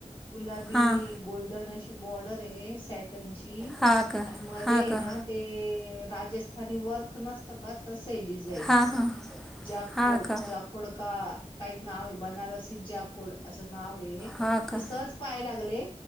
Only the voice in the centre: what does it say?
हां
हां का
हां का
हां हां
हां का
हां का